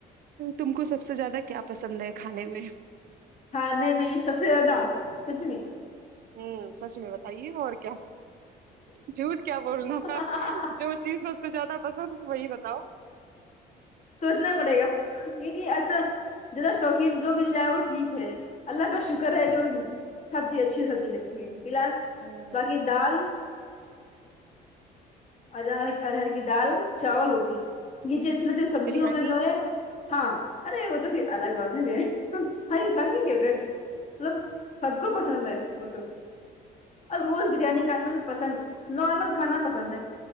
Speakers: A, on the right; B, on the left.
A: تم کو سب سے زیادہ کیا پسند ہے کھانے میں
B: کھانے میں سب سے زیادہ کچھ نہیں
A: ہوں سچ میں بتائیے اور کیا جھوٹ کیا بولنا
B: ہوں
A: جو چیز سب سے زیادہ پا وہی بتاو
B: سوچنا پڑے گا کیونکہ ایسا جرا شوقین جو مل جائے وہ ٹھیک ہے اللہ کا شکر ہے جو سبزی اچھی سبزی لگتی ہے فی الال
A: ہوں،
B: باقی دال دار ادار کی دال چاول روٹی یہ چیز اچھی لگتی سبزیوں
A: بریانی
B: میں جو ہے ہاں ارے وہ تو الگ بات ہے بھی ہے ہر انسان کی فیورٹ مطلب سب کو پسند ہے وہ تو اب روز بریانی کانا مطلب پسند نارمل کھانا پسند ہے